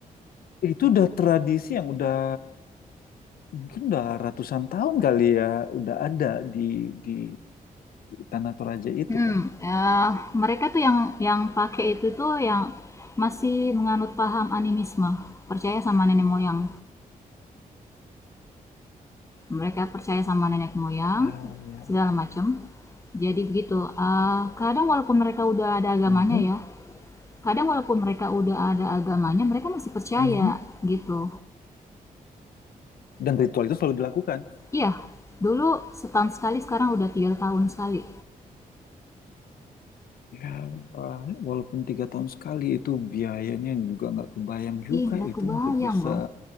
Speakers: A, on the left; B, on the left.
A: itu udah tradisi yang udah mungkin udah ratusan tahun kali ya udah ada di di Tanah Toraja itu
B: Hmm,
A: kan.
B: eee, mereka tuh yang yang pakai itu tuh yang masih menganut paham animisme, percaya sama nenek moyang. Mereka percaya sama nenek moyang,
A: Ah, ya,
B: segala macam. Jadi begitu, eee, kadang walaupun mereka udah ada agamanya
A: Mhm,
B: ya, kadang walaupun mereka udah ada agamanya, mereka masih percaya,
A: mhm.
B: gitu.
A: Dan ritual itu selalu dilakukan.
B: Iya, dulu setahun sekali, sekarang udah 3 tahun sekali.
A: Ya, wah, walaupun tiga tahun sekali itu biayanya juga nggak kebayang juga
B: Ih, nggak
A: itu
B: kebayang
A: untuk bisa
B: loh,